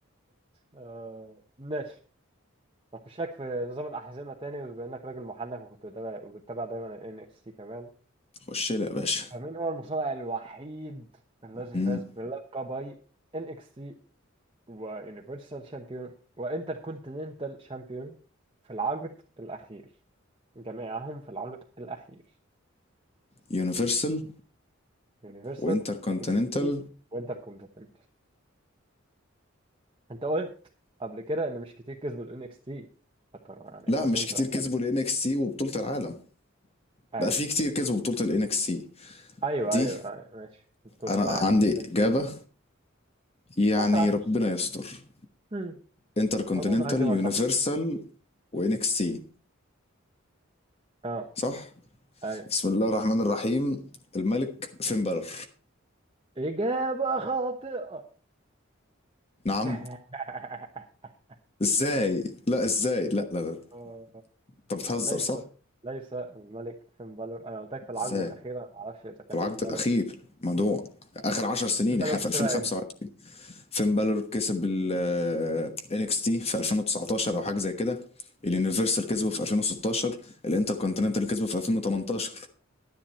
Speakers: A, on the right (about 25°); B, on the left (about 30°).
A: آه، ماشي هخشك في نظام الاحزمه تاني بما انك راجل محنك وكنت بتابع وبتتابع دايما ان اكس تي كمان
B: خش لي يا باشا
A: فمين هو المصارع الوحيد الذي
B: امم
A: فاز بلقبي ان اكس تي ويونيفرسال شامبيون وانتر كونتيننتال شامبيون في العقد الاخير جميعهم في العقد الاخير
B: يونيفرسال
A: يونيفرسال
B: وانتر كونتيننتال
A: ان اكس تي وانتر كونتيننت انت قلت قبل كده ان مش كتير كسبوا الان اكس تي يعني
B: لا
A: اظن
B: مش كتير
A: تبقى-
B: كسبوا الان اكس سي وبطولة العالم
A: ايوه
B: لا في كتير كسبوا بطولة الان اكس سي
A: ايوه
B: دي
A: ايوه ايوه ماشي بطولة
B: انا
A: العالم
B: عندي
A: ماشي
B: اجابة يعني
A: اخر 10
B: ربنا
A: سنين
B: يستر
A: هم،
B: انتر كونتيننتال
A: اظن هجيبها
B: يونيفرسال
A: صح
B: وان اكس سي
A: اه
B: صح
A: ايوه
B: بسم الله الرحمن الرحيم الملك فين بالور
A: اجابة خاطئة
B: نعم
A: <laughs>
B: ازاي لا ازاي لا لا لا
A: آه،
B: انت بتهزر
A: ليس
B: صح
A: ليس الملك فين بالور انا قلت لك في العقبة
B: ازاي
A: الأخيرة ما اعرفش اذا كان
B: في العقد
A: فين بالور
B: الاخير موضوع اخر 10 سنين
A: فين بالور
B: احنا
A: كسبها
B: في 2005
A: امتى
B: فين بالور كسب ال NXT تي في 2019 او حاجه زي كده اليونيفرسال كسبه في 2016 الانتر كونتيننتال كسبه في 2018